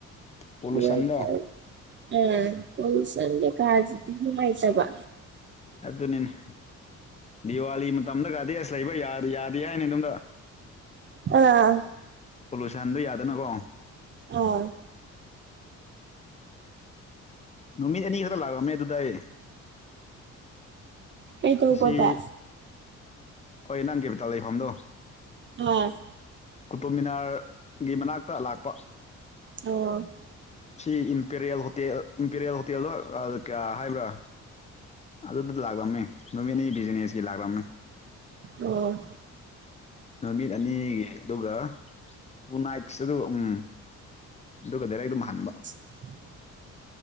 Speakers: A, on the left (about 25°); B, on the right (about 40°).
A: ꯄꯣꯂꯨꯁꯟꯗꯣ
B: ꯋꯥꯣꯏ ꯆꯔ <unintelligible> ꯑ ꯄꯣꯁꯦ ꯀꯥꯖꯗꯤ ꯍꯥꯏꯥꯏ ꯇꯕ
A: ꯑꯗꯨ ꯑꯗꯨ ꯅꯅꯦ ꯗꯤꯋꯥꯂꯤ ꯃꯇꯝꯗꯒꯗꯗꯤ ꯑꯁ ꯂꯩꯕ ꯌꯥ ꯌꯥꯗꯦ ꯍꯥꯏꯅꯤ ꯅꯝꯗ
B: ꯑ
A: ꯄꯣꯂꯨꯁꯟꯗꯨꯣ ꯌꯥꯗꯅꯀꯣ
B: ꯑꯥ
A: ꯅꯨꯃꯤꯠ ꯑꯅꯤ ꯈꯛꯇꯛ ꯂꯥꯛꯑꯝꯃꯦ ꯑꯗꯨꯗ ꯑꯩ
B: ꯀꯩꯗꯧꯕꯗ
A: ꯁꯤ ꯍꯣꯏ ꯅꯍꯥꯟ ꯀꯦꯄꯤꯇꯥꯜ ꯂꯩꯐꯝꯗꯣ
B: ꯑ
A: ꯀꯨꯇꯣꯃꯤꯅꯥꯔꯒꯤ ꯃꯅꯥꯛꯇ ꯂꯥꯛꯄ
B: ꯑꯣ
A: ꯁꯤ ꯏꯝꯄꯦꯔꯤꯌꯦꯜ ꯍꯣꯇꯦꯜ ꯏꯝꯄꯦꯔꯤꯌꯦꯜ ꯍꯣꯇꯦꯜꯗꯣ ꯀꯌꯥ ꯍꯥꯏꯕ꯭ꯔꯥ ꯑꯗꯨꯗ ꯂꯥꯛꯂꯝꯃꯤ ꯅꯨꯃꯤꯠꯅꯤ ꯕꯤꯖꯤꯅꯦꯁꯀꯤ ꯂꯥꯛꯂꯝꯃꯦ
B: ꯑꯣ
A: ꯅꯨꯃꯤꯠ ꯑꯅꯤꯒꯤ ꯑꯗꯨꯒ ꯇꯨ ꯅꯥꯏꯠꯁ ꯑꯗꯨ ꯎꯝ ꯑꯗꯨꯒ ꯗꯥꯔꯦꯛ ꯑꯗꯨꯝ ꯍꯟꯕ
B: <inaudible>